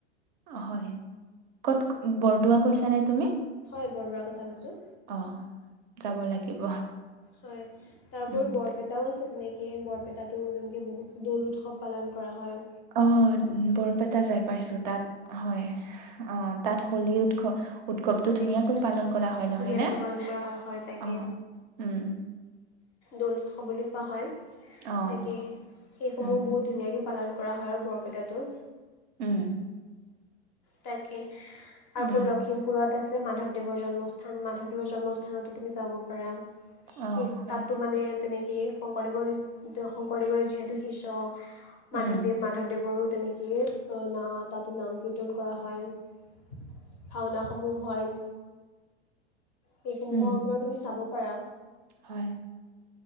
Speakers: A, on the right (about 40°); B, on the left (about 25°).
A: অ', হয়। কত বৰদোৱা কৈছা নে তুমি?
B: বৰদুৱাৰ কথা কৈছো।
A: অ যাব লাগিব।
B: হয় তাৰ উপৰি
A: উম,
B: বৰপেটাও আছে তেনেকে বৰপেটাটো তেনেকৈ বহুত, দৌল উৎসৱ পালন কৰা হয়।
A: অ। বৰপেটা যাই পাইছো, তাত হয়, অ তাত হোলী উৎসৱ উৎসৱটো
B: হলী
A: ধুনীয়া ধুনীয়াকৈ পালন কৰা হয় নহয়
B: ধুনীয়াকৈ
A: নে,
B: পালন কৰা হয় হয় তাকে
A: অ উম।
B: দৌল উৎসৱ বুলি কোৱা হয়।
A: অ',
B: তাকে সেইসমূহ
A: উম,
B: বহুত ধুনীয়াকৈ পালন কৰা হয় আৰু বৰপেটাটো।
A: উম।
B: তাকে
A: উম,
B: আকৌ লখিমপুৰত আছে মাধৱদেৱৰ জন্মস্থান। মাধৱদেৱৰ জন্মস্থান থানাতো তুমি যাব পাৰা।
A: অ',
B: সেই
A: হয়,
B: তাতো মানে তেনেকেই শংকৰদেৱৰ শংকৰদেৱৰে যিহেতু শিষ্য মাধৱদেৱ,
A: উম,
B: মাধৱদেৱৰো তেনেকেই ন তাতে নাম কীৰ্তন কৰা হয়। ভাওনাসমূহ হয়। সেইসমূহৰ
A: উম,
B: ওপৰত তুমি চাব পাৰা।
A: হয়